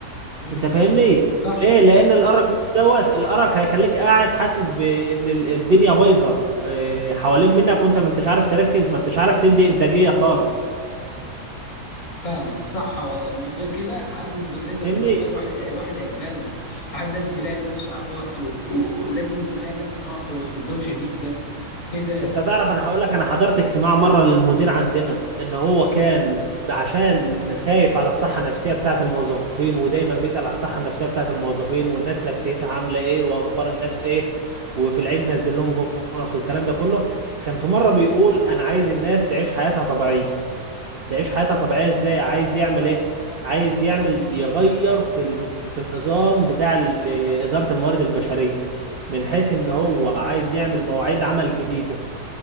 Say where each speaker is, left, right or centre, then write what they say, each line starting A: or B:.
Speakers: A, on the left; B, on the right.
A: امم
B: انت فاهمني
A: صح
B: ليه لان الارق دوت الارق هيخليك قاعد حاسس بان ال- الدنيا بايظه اه، حوالين منك وانت ما انتش عارف تركز ما انتش عارف تدي انتاجيه خالص
A: فاهمك صح والله من غير كده عارف من غير اللي انت بتقوله
B: فاهمني
A: ده الواحد الواحد هيتجنن الواحد لازم يلاقي لنفسه يا عم وقت و... و... لازم نلاقي نفسنا وقت وسط الدوشه دي بجد ايه ده
B: انت تعرف انا هقول لك انا حضرت اجتماع مره للمدير عندنا ان هو كان عشان خايف على الصحه النفسيه بتاعه الموظفين ودايما بيسأل على الصحه النفسيه بتاعه الموظفين والناس نفسيتها عامله ايه واخبار الناس ايه وفي العيد نزل لهم بونص والكلام ده كله كان في مره بيقول انا عايز الناس تعيش حياتها طبيعيه تعيش حياتها طبيعية ازاي عايز يعمل ايه عايز يعمل يغير في ال- في النظام بتاع ال- إدارة الموارد البشرية من حيث ان هو عايز يعمل مواعيد عمل جديدة